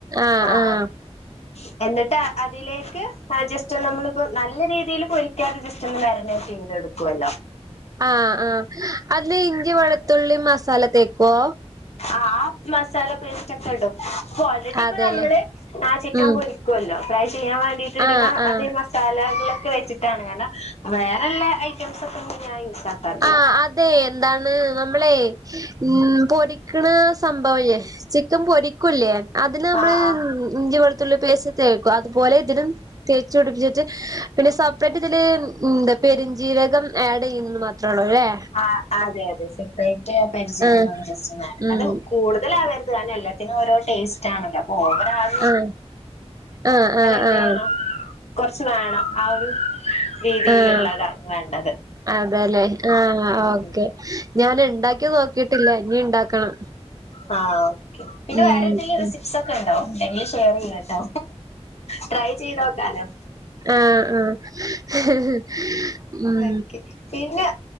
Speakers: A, on the right; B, on the left.
A: ആഹ
B: ആഹ്
A: ആഹ
B: ആഹ് എന്നിട്ട് അതിലേക്ക് ജെസ്റ്റ നമ്മളിപ്പോ നല്ല രീതിയിൽ പൊരിക്കാതെ ജസ്റ്റ ഒന്ന് മാരനേറ്റ് ചെയ്തെടു ക്കുല്ലോ
A: ആഹ ആഹ അതില് ഇഞ്ചി വെളുത്തുള്ളി മസാല തേക്കുവോ
B: ആഹ മസാല പേസ്റ്റ് ഒക്കെടും അപ്പൊ ഓൾറെഡി ഇപ്പൊ
A: അതെല്ലേ
B: നമ്മള് ആഹ ചിക്കൻ
A: ഉം
B: പൊരിക്കുല്ലോ ഫ്രൈ ചെയ്യാൻ വേണ്ടിട്ട് ഇടുന്ന
A: ആഹ് ആഹ്
B: അത് മസാലകളൊക്കെ വെച്ചിട്ടാണ് കാരണം വേറെള്ള ഐറ്റംസ്ക്കെ ഒന്നും ഞാൻ യൂസാക്കാറില്ല
A: ആഹ് അതെ എന്താണ് നമ്മളെ ഉം പൊരിക്കണ സംഭവല്ലേ ചിക്കൻ പൊരിക്കൂല്ലേ അതിന് നമ്മള്
B: ആഹ് ആഹ്
A: ഇഞ്ചി വെളുത്തുള്ളി പേസ് ത്തെക്കും അതുപോലെ ഇതിലും തേച് പിടിപ്പിച്ചിട്ട് പിന്നെ സെപ്പറേറ്റ് ഇതില് എന്താ പെരുഞ്ജീരകം ആഡ് ചെയ്യുന്ന് മാത്രം ത്രേ ഉള്ളൂല്ലേ
B: ആഹ അതെ അതെ സെപ്പറേറ്റ് പെരിഞ്ജീരകം
A: ആഹ്
B: ജസ്റ്റ്‌ ഒന്ന് അഡ്
A: ഉം
B: അത് കൂടുതൽ അവര് <unintelligible> എല്ലത്തിനും ഓരോ ടേസ്റ്റ് ആണല്ലോ അപ്പ ഓവറാവ
A: ആഹ ആഹ ആഹ
B: എന്ത്
A: ആഹ
B: ചെയ്യണം കുറച്ച് വണം ആ ഒരു രീതിയിലുള്ളതാ
A: ആഹ്
B: വേണ്ടത്
A: അതെല്ലേ ആഹ
B: ഉം
A: ഓക്കെ
B: ഉം
A: ഞൻ ഇണ്ടാക്കി നോക്കിട്ടില്ല ഇനി ഇണ്ടാക്കണം
B: ആഹ ഓക്കെ പിന്നെ
A: ഉം
B: വേറെ തെങ്കിലുംറെസിപ്സ്
A: ഉം
B: ഒ ക്കെ ണ്ടോ ഇണ്ടെങ്കിൽ ഷെയർ ചെയ്യട്ടോ ട്രൈ ചെയ്ത് നോക്കാലോ
A: ആഹ ആഹ ഹ് ഹ് ഉം
B: ഓക്കെ പിന്നെ